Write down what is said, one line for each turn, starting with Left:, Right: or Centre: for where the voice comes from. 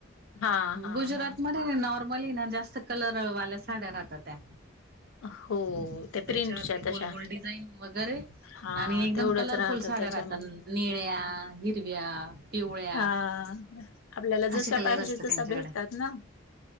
Left: हां हां
Right: गुजरात
Left: हां.
Right: मध्ये नॉर्मली ना जास्त कलरवाल्या साड्या राहतात त्या.
Left: हो,
Right: त्याच्या
Left: त्या प्रिंटच्या
Right: ते गोल
Left: तशा.
Right: गोल डिझाईन वगैरे
Left: हां,
Right: आणि एकदम
Left: तेवढंच
Right: कलरफुल
Left: राहतं
Right: साड्या
Left: त्याच्यामध्ये.
Right: राहतात निळ्या, हिरव्या, पिवळ्या
Left: हां, आपल्याला
Right: असे
Left: जशा
Right: कलर
Left: पाहिजे
Right: असतात
Left: तशा
Right: त्यांच्याकडे
Left: भेटतात ना.